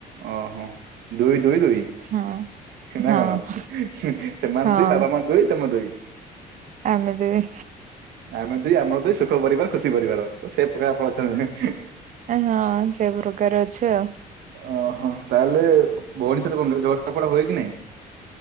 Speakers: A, on the right; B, on the right.
A: ଓହୋ ଦୁଇ -ଦୁଇ ଦୁଇ।
B: ହଁ
A: ସେ ନା
B: ହଁ
A: କଣ ସେମାନେ
B: ହଁ।
A: ଦୁଇ ବାବା ମା ଦୁଇ ତମେ ଦୁଇ।
B: ଆମେ ଦୁଇ।
A: ଆମେ ଦୁଇ ଆମର ଦୁଇ ସୁଖ ପରିବାର ଖୁସି ପରିବାର ତ ସେ ପ୍ରକାର ଆପଣ ଅଛନ୍ତି।
B: ହଁ ସେ ପ୍ରକାର ଅଛୁ ଆଉ।
A: ଓହୋ ତାହେଲେ ଭଉଣୀ ସହିତ କଣ କର ଝଗଡ଼ା ଫଗଡା ହୁଏ କି ନାଇଁ?